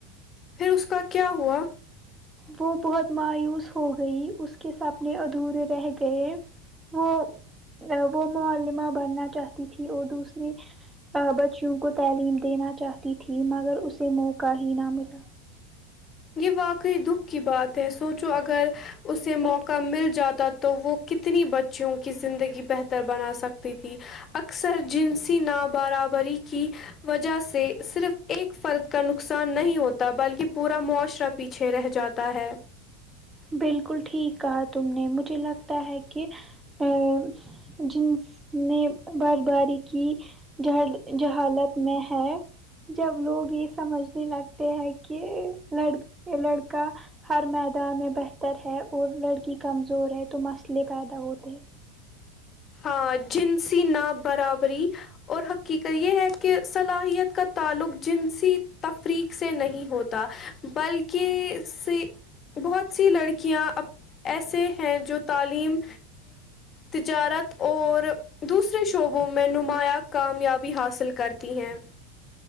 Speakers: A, on the left; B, on the right.
A: پھر اس کا کیا ہوا؟
B: وہ بہت مایوس ہو گئی اس کے سپنے ادھورے رہ گئے وہ وہ معمہ بننا چاہتی تھی اور دوسریے بچیوں کو تعلیم دینا چاہتی تھی مگر اسے موقع ہی نہ ملا
A: یہ واقعی دکھ کی بات ہے سوچو اگر اسے موقع
B: بیٹھو
A: مل جاتا تو وہ کتنی بچیوں کی زندگی بہتر بنا سکتی تھی اکثر جنسی ن برابری کی وجہ سے صرف ایک فرد کا نقصان نہیں ہوتا بلکہ پورا معاش شرا پیچھے رہ جاتا ہے
B: بالکل ٹھیک کہا تم نے مجھے لگتا ہے کہ ا جن نے بر باری کی ج جہالت میں ہے جب لوگ یہ سمجھنے لگتے ہیں کہ ل لڑکا ہر میدان میں بہتر ہے اور لڑکی کمزور ہے تو مسئلے پیدا ہوتے ہیں
A: ہاں جنسی ن برابری اور حقیقت یہ ہے کہ صلاحیت کا تعلق جنسی تفریق سے نہیں ہوتا بلکہ سے بہت سی لڑکیاں ایسے ہیں جو تعلیم تجارت اور دوسرے شعبوں میں نمایاں کامیابی حاصل کرتی ہیں